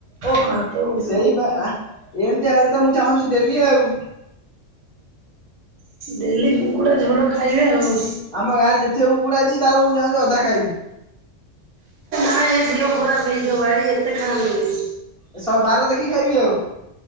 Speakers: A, in the centre; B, on the right (about 80°).
A: ଓ
B: ମୋ ହାତ ଉଡିଗଲା।
A: ସେଇପା ଆ ଏମତି ହେଲେ ତ ମୁଁ ଚାହୁଁଛି ଡେଲି ଆଉ।
B: ଡେଲି କୁକୁଡ଼ା ଝୋଳ ଖାଇବା ଆଉ।
A: ଆମ ଗାଁରେ ଯେତିକ କୁକୁଡ଼ା ଅଛି ତାକୁ ମୁଁ ଚାହୁଁଛି ଅଧା ଖାଇବି।
B: ଆ ଏ ଦେହ ଖରାପ୍ ହେଇଯିବ ଭାଇ ଏତେ ଖାଆନ୍ତୁନି।
A: ଏ ଶ ବାର ଦେଖିକି ଖାଇବି ଆଉ।